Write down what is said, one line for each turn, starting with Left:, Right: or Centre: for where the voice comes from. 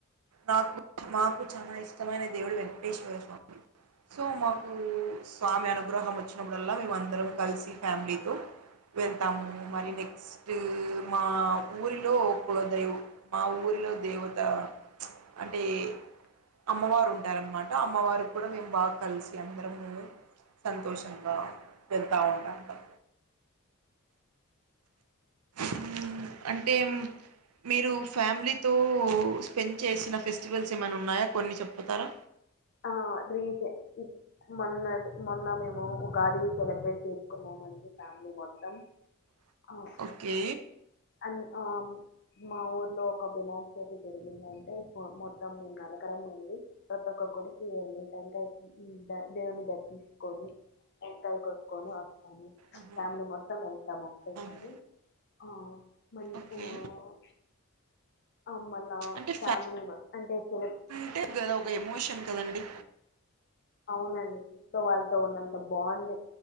Right: నాకు మాకు చాలా ఇష్టమైన దేవుడు వెంకటేశ్వర స్వామి. సో మాకు స్వామి అనుగ్రహం వచ్చినప్పుడల్లా మేమ అందరం కలిసి ఫ్యామిలీతో. వెళ్తాము మరియు నెక్స్ట్. మా ఊరిలో కుల దైవం మా ఊరిలో దేవత ప్చ్. అంటే అమ్మవారు ఉంటారనమాట అమ్మవారూ కూడా మేము. బాగా కలిసి అందరము సంతోషంగా వెళ్తా ఉంటాంటం. ఉమ్ అంటే. మీరు ఫ్యామిలీతో స్పెండ్ చేసిన ఫెస్టివల్స్ ఏమైనా ఉన్నాయా కొన్ని చెప్పుతారా.
Left: ఆహ్. రీసె మొన్న ట్ మొన్న మేము ఉగాది సెలబ్రేట్ చేసుకున్నామండి ఫ్యామిలీ. మొత్తం ఆహ్
Right: ఓకే
Left: అండ్ ఆహ్. మా ఊర్లో ఒక వినాయ చవితి జరిగిందంటే మొత్తం మేము నలకరం వెళ్ళి ప్రతి ఒక్కరూ. గుడికి వెళ్లి టెంకాయ ఉమ్ దేవుని దర్శించుకొని. టెంకాయ కోట్కొని వస్తాము
Right: ఆహా,
Left: ఫ్యామిలీ మొత్తం వెళ్తాము ఒకేసారి.
Right: ఆహా.
Left: ఆహ్ మంచ్
Right: ఓకే
Left: ఆహ్. ఆహ్ మళ్ళా
Right: అంటే
Left: ఫ్యామిలీ
Right: ఫ్యా
Left: మా అంటే సెలెక్ట్.
Right: అంటే గదా ఒక ఎమోషన్ కదండి.
Left: అవునండి ఇంట్లో వాళ్లాతో ఉన్నంత బాండ్